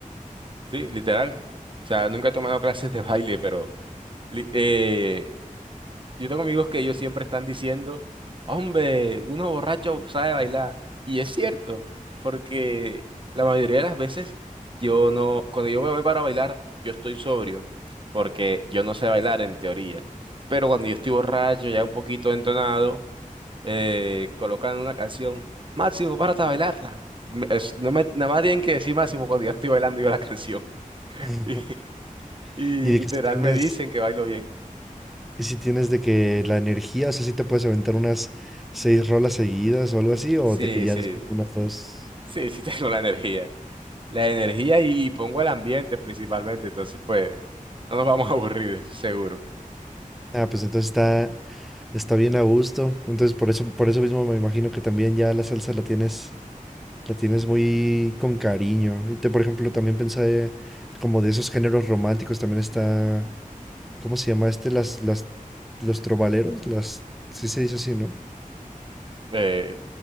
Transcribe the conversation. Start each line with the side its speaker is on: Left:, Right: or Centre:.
Right: Sí, literal. O sea, nunca he tomado <laughs> clases de baile, pero li- eh, Yo tengo amigos que ellos siempre están diciendo, hombre, uno borracho sabe bailar. Y es cierto, porque la mayoría de las veces yo no, cuando yo me voy para bailar, yo estoy sobrio, porque yo no sé bailar en teoría. Pero cuando yo estoy borracho, ya un poquito entonado, eh, colocan una canción, Máximo, párate a bailarla. Me- es- no me, nada más tienen que decir Máximo cuando ya estoy bailando yo la canción.
Centre: <laughs>
Right: <laughs> Y,
Centre: Y
Right: y
Centre: de
Right: literal
Centre: que si tienes,
Right: me dicen que bailo bien.
Centre: y si tienes de que la energía, o sea, si te puedes aventar unas seis rolas seguidas o algo así, o
Right: Sí,
Centre: de que ya
Right: sí,
Centre: después de unas dos.
Right: sí, sí tengo la energía. la energía y, y pongo el ambiente principalmente, entonces pues no nos vamos a aburrir, eso seguro.
Centre: Ah, pues entonces está. Está bien a gusto. Entonces, por eso, por eso mismo me imagino que también ya la salsa la tienes, la tienes muy con cariño. Y te, por ejemplo, también pensé como de esos géneros románticos, también está, ¿cómo se llama este? Las, las, los trovaleros, las, sí se dice así, ¿no?
Right: Eh,